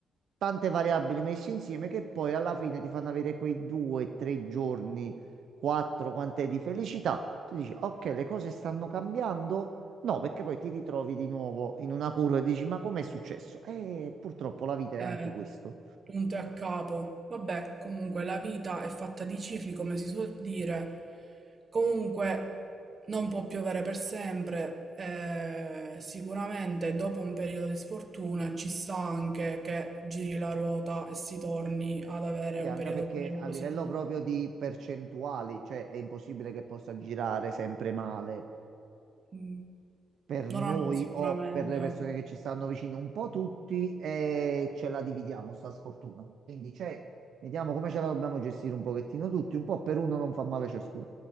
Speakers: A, on the right (about 65°); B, on the right (about 30°).
A: tante variabili messe insieme che poi alla fine ti fanno avere quei due, tre giorni, quattro, quant'è di felicità. Tu dici, ok, le cose stanno cambiando. No, perché poi ti ritrovi di nuovo in una curva e dici, ma com'è successo? E purtroppo la vita
B: Eh,
A: è anche questo.
B: punto e a capo. Vabbè, comunque la vita è fatta di cicli, come si suol dire. Comunque non può piovere per sempre. eh, sicuramente dopo un periodo di sfortuna ci sta anche che giri la ruota e si torni ad avere
A: Sì,
B: un
A: anche
B: periodo
A: perché
B: pure
A: a
B: positivo.
A: livello proprio di percentuali, cioè è impossibile che possa girare sempre male.
B: Mm.
A: per
B: No,
A: noi
B: no, no, sicuramente.
A: o per le persone che ci stanno vicino, un po' tutti e ce la dividiamo, sta sfortuna. Quindi c'è, vediamo come ce la dobbiamo gestire un pochettino tutti, un po' per uno non fa male ciascuno.